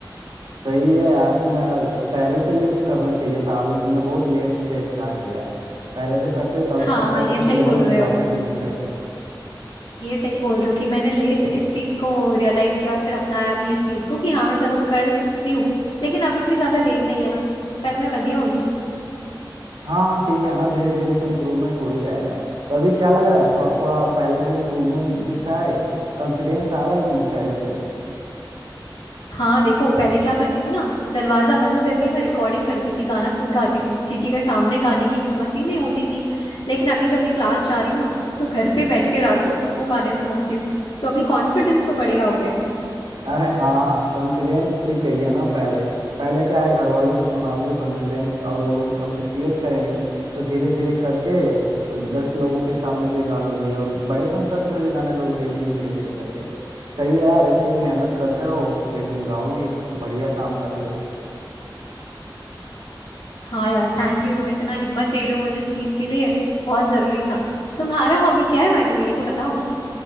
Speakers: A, on the right; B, on the left.
A: सही है यार तुम्हें पहले से ये करना चाहिए था अभी तुमने बहुत लेट स्टेज स्टार्ट किया है पहले से करते तो अभी
B: हाँ
A: तक का
B: ये
A: कुछ
B: सही
A: लेवल
B: बोल
A: पे
B: रहे
A: जाके
B: हो
A: सिंगिंग करते
B: ये सही बोल रहे हो कि मैंने लेट इस चीज को रियलाइज किया और फिर अपनाया भी इस चीज को कि हाँ मैं चलो कर सकती हूँ लेकिन अभी भी ज्यादा लेट नहीं है ना करने लगी हूँ अभी
A: हाँ ठीक है ना धीरे धीरे से इम्प्रूवमेंट हो ही जाएगा तो अभी क्या लग रहा है थोड़ा थोड़ा पहले से इम्प्रूवमेंट दिख रहा है कॉन्फिडेंस आ रहा है कि नहीं पहले से
B: हाँ देखो पहले क्या करती थी ना दरवाजा बंद करके मैं रिकॉर्डिंग करती थी गाना खुद गाती थी किसी के सामने गाने की हिम्मत ही नहीं होती थी लेकिन अभी जब मैं क्लास जा रही हूँ ना तो घर पे बैठ के रात को सबको गाने सुनाती हूँ तो अभी कॉन्फिडेंस तो बढ़िया हो गया है
A: अरे हाँ कॉन्फिडेंस ही चाहिए ना पहले पहले क्या है घर वालों को सुनाओगे कॉन्फिडेंस और वो लोग अप्रिसिएट करेंगे तो धीरे धीरे करके दस लोगों के सामने भी गा लोगी और बड़े कंसर्ट में भी गाने लोगी एक दिन धीरे धीरे करके सही है यार ऐसे ही मेहनत करते रहो एक दिन गाओगी बढ़िया काम कर रही हो
B: हाँ यार थैंक यू तुम इतना हिम्मत दे रहे हो मुझे इस चीज के लिए बहुत जरूरी था तुम्हारा हॉबी क्या है बाय द वे ये तो बताओ